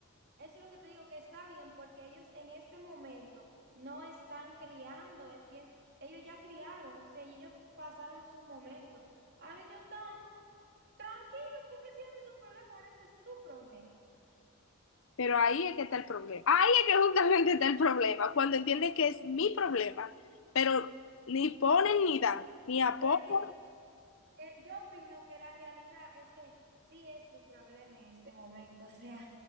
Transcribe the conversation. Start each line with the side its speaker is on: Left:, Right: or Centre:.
Right: Eso es lo que te digo, que está bien, porque ellos en este momento no están criando, enti- ellos ya criaron, o sea, ellos pasaron su momento. Ahora ellos están tranquilos porque si no es su problema, ahora ese es tu problema.
Left: Pero ahí es que está el problema. Ahí es que justamente está el problema, cuando entienden que es mi problema, pero ni ponen ni dan, ni apoyan.
Right: Pero es que eh, yo opino que la realidad es que sí es tu problema en este momento, <laughs> o sea.